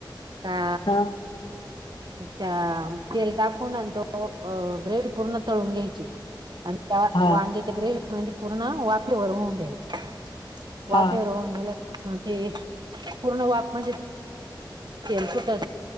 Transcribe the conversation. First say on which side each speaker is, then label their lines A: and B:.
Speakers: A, on the right (about 60°); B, on the left (about 75°).
A: का
B: हा
A: त्या तेल टाकून तो ग्रे पूर्ण तळून घ्यायचे त्या
B: हा
A: वांग्याचे ग्रेवी म पूर्ण वाफेवर होऊन द्यायचे वाफेवर
B: हा
A: होऊन द्याला ह ते पूर्ण वाप म्हणजे तेल्सटर